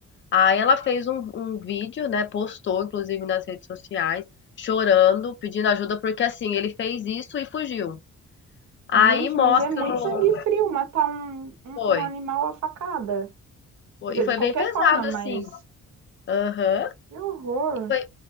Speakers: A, on the left; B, on the right.
A: Aí ela fez um, um vídeo, né? Postou, inclusive, nas redes sociais, chorando, pedindo ajuda, porque assim, ele fez isso e fugiu. Aí
B: Gente,
A: mostra
B: mas é muito
A: no.
B: sangue frio matar um, um,
A: Foi.
B: um animal à facada.
A: foi-
B: Quer dizer,
A: E foi
B: de qualquer
A: bem pesado,
B: forma, mas
A: assim. Aham.
B: que horror.
A: E foi,